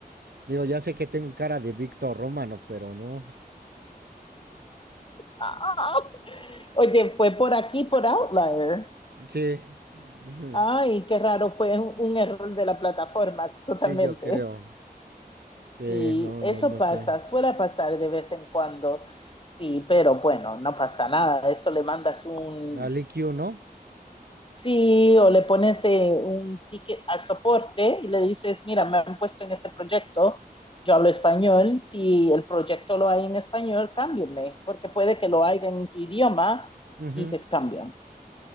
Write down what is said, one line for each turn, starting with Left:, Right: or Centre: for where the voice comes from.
Right: digo, ya sé que tengo cara de Víctor Romano, pero no.
Left: Ah, oye, fue por aquí, por Outlier.
Right: Sí, <laughs> ujú,
Left: Ay, qué raro, fue un, un error de la plataforma, <laughs> totalmente.
Right: sí, yo creo. Sí,
Left: Sí,
Right: no,
Left: eso
Right: no, no
Left: pasa,
Right: sé.
Left: suele pasar de vez en cuando. Sí, pero bueno, no pasa nada. Eso le mandas un,
Right: Al IQ, ¿no?
Left: Sí, o le pones eh, un ticket al soporte y le dices, mira, me han puesto en este proyecto, yo hablo español, si el proyecto lo hay en español, cámbienme, porque puede que lo haya en tu idioma
Right: Ujú.
Left: y te cambian.